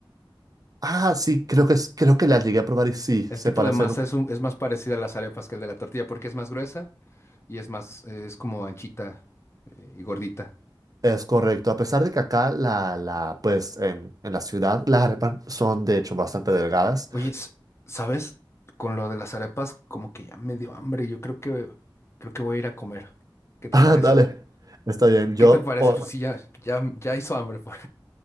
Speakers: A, on the right; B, on the left.
A: Ah, sí, creo que, es- creo que las llegué a probar y sí,
B: El
A: se
B: tipo
A: parecen.
B: de masa
A: un-
B: es, un- es más parecida a las arepas que el de la tortilla porque es más gruesa y es más, eh, es como anchita eh, y gordita.
A: Es correcto. A pesar de que acá, la, la, pues en, en la ciudad, las arepas son de hecho bastante delgadas.
B: Oye, s- ¿sabes? Con lo de las arepas, como que ya me dio hambre. Yo creo que, creo que voy a ir a comer.
A: <laughs>
B: ¿Qué te
A: Ah,
B: parece?
A: dale. Vale. Está bien.
B: ¿Qué
A: Yo,
B: te parece?
A: oh,
B: Pues
A: Bueno,
B: sí, ya, ya, ya hizo hambre. pues.